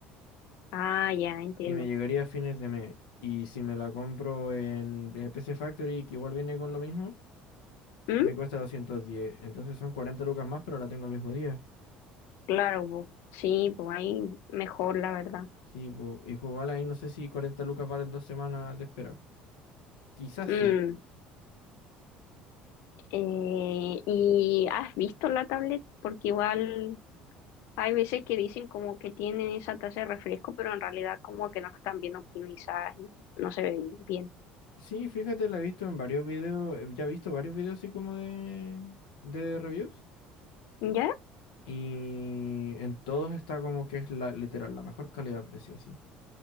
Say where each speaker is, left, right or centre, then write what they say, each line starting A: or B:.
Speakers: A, on the left (about 70°); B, on the left (about 85°).
A: ah, ya entiendo.
B: y me llegaría a fines de mes. Y si me la compro en en el PC Factory, que igual viene con lo mismo,
A: ¿Mm?
B: me cuesta 210. Entonces son 40 lucas más, pero la tengo el mismo día.
A: Claro, po. Sí, pues ahí mejor, la verdad.
B: Sí, po, y jugarla ahí no sé si 40 lucas valen dos semanas de espera. Quizás
A: Mm,
B: sí.
A: eh, ¿y has visto la tablet? Porque igual hay veces que dicen como que tienen esa tasa de refresco, pero en realidad como que no están bien optimizadas y no se ven bien.
B: Sí, fíjate, la he visto en varios videos, eh, ya he visto varios videos así como de, de reviews.
A: ¿Ya?
B: Y en todos está como que es la, literal, la mejor calidad-precio, sí.